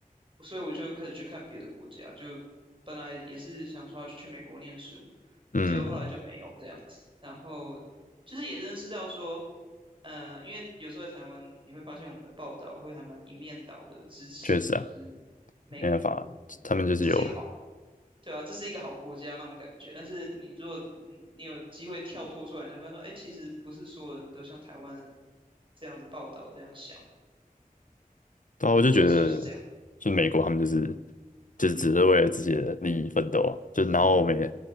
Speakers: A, on the right; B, on the left.
A: 所以我就开始去看别的国家，就本来也是想说要去美国念书，
B: 嗯，
A: 结果后来就没有这样子，然后就是也认识到说，呃，因为有时候在台湾你会发现我们的报道会还蛮一面倒的支持，
B: 确实啊，
A: 就是美国，
B: 没办法，
A: 就是这是一个好
B: 他们就是有，
A: 对啊，这是一个好国家那种感觉。但是你如果你你有机会跳脱出来，你才发现说，哎，其实不是所有人都像台湾这样子报道这样想。
B: 对啊，我就觉得，
A: 总之就是这样。
B: 就美国他们就是就是只是为了自己的利益奋斗啊，就然后我们也